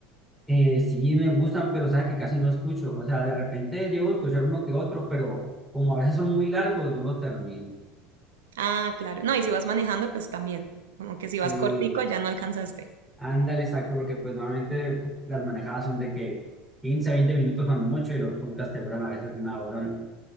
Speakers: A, in the centre; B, on the right (about 75°).
A: Eh, sí me gustan, pero sabes que casi no escucho, o sea, de repente llego a escuchar uno que otro, pero como a veces son muy largos, no los termino.
B: Ah, claro. No, y si vas manejando, pues también. Como que
A: Sí,
B: si vas cortico, ya no alcanzaste.
A: Ándale, exacto, porque pues normalmente las manejadas son de que 15 20 minutos cuando mucho y los podcasts te duran a veces una hora. ¿no?